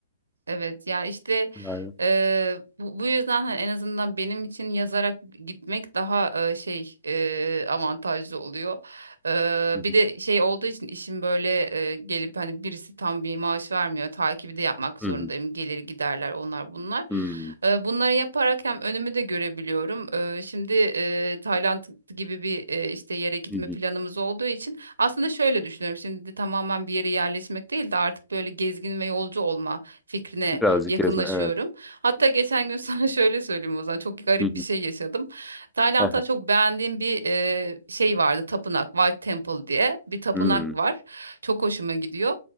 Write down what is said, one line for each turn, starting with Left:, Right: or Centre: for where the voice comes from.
Right: Evet yani işte
Centre: Yani.
Right: eee, bu, bu yüzden hani en azından benim için yazarak gitmek daha eee, şey eee, avantajlı oluyor. Eee,
Centre: Hı hı,
Right: bir de şey olduğu için işim böyle eee, gelip hani birisi tam bir maaş vermiyor. Takibi de yapmak
Centre: hı
Right: zorundayım.
Centre: hı,
Right: Gelir giderler onlar bunlar.
Centre: hı hı.
Right: Eee, bunları yaparak hem önümü de görebiliyorum. Eee, şimdi eee, Tayland gibi bir eee, işte yere gitme
Centre: hı hı.
Right: planımız olduğu için aslında şöyle düşünüyorum. Şimdi tamamen bir yere yerleşmek değil de artık böyle gezgin ve yolcu olma fikrine
Centre: Birazcık
Right: yakınlaşıyorum.
Centre: gezme, evet.
Right: Hatta geçen gün <laughs> sana şöyle söyleyeyim o zaman çok garip
Centre: Hı hı.
Right: bir şey yaşadım. Tayland'da
Centre: He he.
Right: çok beğendiğim bir e, şey vardı tapınak White Temple diye bir tapınak
Centre: Hımm.
Right: var. Çok hoşuma gidiyor.